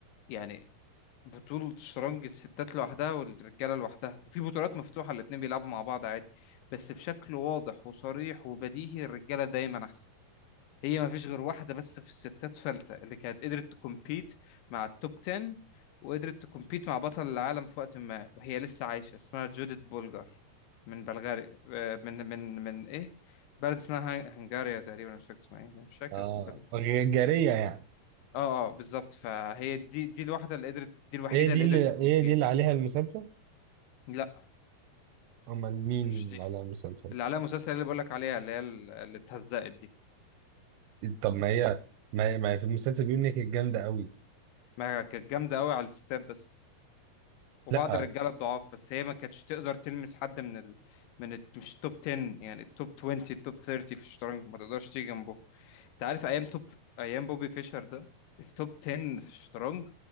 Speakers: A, on the left; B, on the right.
A: يعني بطولة شطرنج الستات لوحدها والرجالة لوحدها وفي بطولات مفتوحة الاتنين بيلعبوا مع بعض عادي بس بشكل واضح وصريح وبديهي الرجالة دايما أحسن هي ما فيش غير واحدة بس في الستات فلتة اللي كانت قدرت تكمبيت مع التوب 10 وقدرت تكمبيت مع بطل العالم في وقت ما وهي لسه عايشة اسمها جوديت بولجار من بلغاري آه، من من من إيه بلد اسمها هن- هنغاريا تقريبا مش فاكر اسمها ايه مش فاكر
B: اه
A: اسم البلد
B: غ- جارية يعني
A: اه اه بالظبط فهي دي دي الواحده اللي قدرت دي الوحيده
B: ايه دي
A: اللي
B: اللي
A: قدرت تكمبيت
B: ايه دي اللي عليها المسلسل
A: لا
B: امال مين
A: مش
B: اللي
A: دي
B: عليها المسلسل
A: اللي عليها مسلسل اللي بقولك عليها اللي هي ال- اللي اتهزقت دي
B: طب ما هي ما هي, ما هي في المسلسل بيقول انك جامدة قوي
A: ما كانت جامده قوي على الستات بس وبعض
B: لا
A: الرجاله الضعاف بس هي ما كانتش تقدر تلمس حد من ال... من ال... مش التوب 10 يعني التوب 20 التوب 30 في الشطرنج ما تقدرش تيجي جنبه انت عارف ايام توب ايام بوبي فيشر ده التوب 10 في الشطرنج